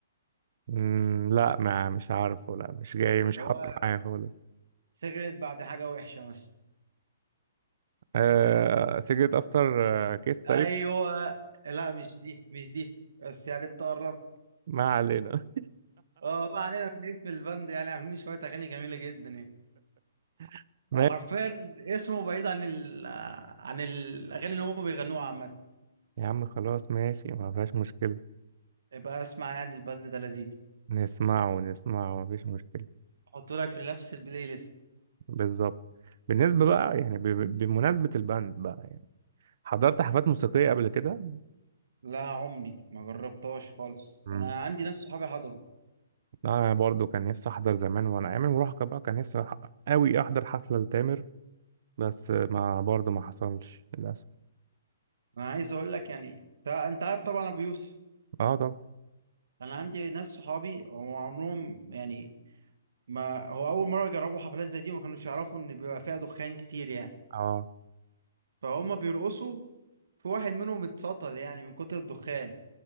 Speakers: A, on the right; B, on the right.
A: مم، لا ما مش عارفه لا مش جاي مش
B: اللي
A: حاضر
B: هو
A: معايا خالص
B: سيجرت بعد حاجه وحشه مثلا
A: آه سيجرت افتر آه كيس تقريبا
B: ايوه لا مش دي مش دي بس يعني انت قربت
A: ما علينا
B: اه ما علينا من اسم البند يعني عاملين شويه اغاني جميله جدا يعني
A: <laughs> ماشي
B: هو حرفيا اسمه بعيد عن ال... عن الاغاني اللي هم بيغنوها عامه
A: يا عم خلاص ماشي ما فيهاش مشكلة
B: يبقى اسمع يعني البند ده لذيذ
A: نسمعه ونسمعه ما فيش مشكلة
B: احطه لك في نفس البلاي ليست
A: بالظبط بالنسبة بقى يعني ب- ب- بمناسبة الباند بقى يعني حضرت حفلات موسيقية قبل كده
B: لا عمري ما جربتهاش خالص
A: مم.
B: انا عندي ناس صحابي حضروا
A: انا برضو كان نفسي احضر زمان وانا ايام المراهقة بقى كان نفسي أح- قوي احضر حفلة لتامر بس ما برضو ما حصلش للاسف
B: انا عايز اقول لك يعني انت أنت عارف طبعا ابو يوسف
A: اه طب
B: انا عندي ناس صحابي هم عمرهم يعني ما هو اول مره يجربوا حفلات زي دي وما كانوش يعرفوا ان بيبقى فيها دخان كتير يعني
A: اه
B: فهم بيرقصوا في واحد منهم اتسطل يعني من كتر الدخان